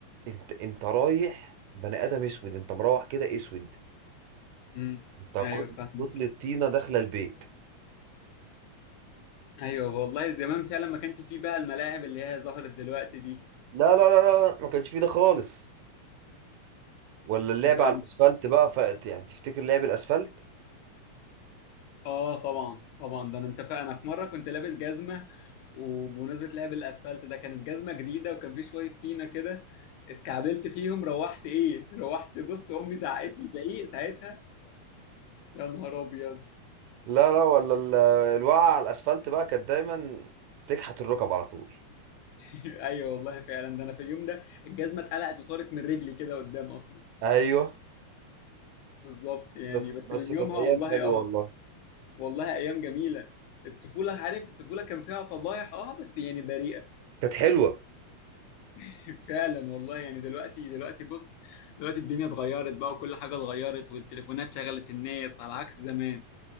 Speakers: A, on the right; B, on the left.
A: انت انت رايح بني ادم اسود انت مروح كده اسود
B: مم.
A: انت
B: ايوه
A: كت-
B: فاهمك
A: كتلة طينه داخله البيت
B: ايوه والله زمان فعلا ما كانش فيه بقى الملاعب اللي هي ظهرت دلوقتي دي
A: لا لا لا لا ما كانش فيه ده خالص ولا اللعب
B: انت
A: على الاسفلت بقى فقت يعني تفتكر لعب الاسفلت
B: اه طبعا طبعا ده انا انت فا- انا في مره كنت لابس جزمه وبمناسبه لعب الاسفلت ده كانت جزمه جديده وكان في شويه طينه كده اتكعبلت فيهم روحت ايه روحت بص امي زعقت لي زعيق ساعتها يا نهار ابيض
A: لا لا ولا ال- الوقعه على الاسفلت بقى كانت دايما تكحت الركب على طول
B: <laughs> ايوه والله فعلا ده انا في اليوم ده الجزمه اتقلعت وطارت من رجلي كده قدام اصلا
A: ايوه
B: بالظبط يعني
A: بس
B: بس
A: بس
B: من
A: كانت
B: يومها
A: ايام
B: والله
A: حلوه
B: اه
A: والله
B: والله ايام جميله الطفوله عارف الطفوله كان فيها فضايح اه بس يعني بريئه
A: كانت حلوه
B: <laughs> فعلا والله يعني دلوقتي دلوقتي بص دلوقتي الدنيا اتغيرت بقى وكل حاجه اتغيرت والتليفونات شغلت الناس على عكس زمان